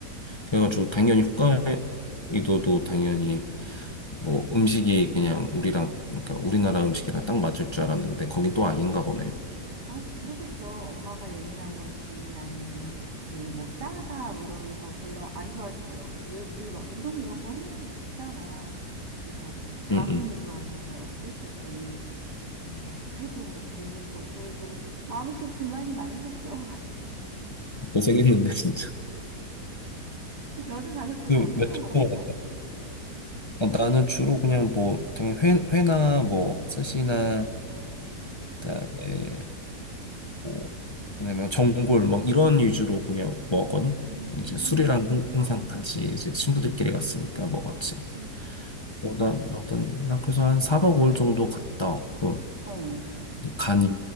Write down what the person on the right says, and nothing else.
어,
아, 모르겠어. 엄마가 예민한 건지 아니면은 좀 뭐 짜다 뭐 이러면서 별로 안 좋아하시더라고. 왜 우리 막 우동 이런 거 흔하게 먹잖아. 그래서 당연히
좋아하실 줄 알았지. 그랬더니 좀 뭐 회도 뭐 별로고 어쩌고저쩌고 뭐 아무튼 불만이 많으셨어.
너는 가서 주로
어떤
거 먹었어?
응,
응.
음,
아, 그치.
어,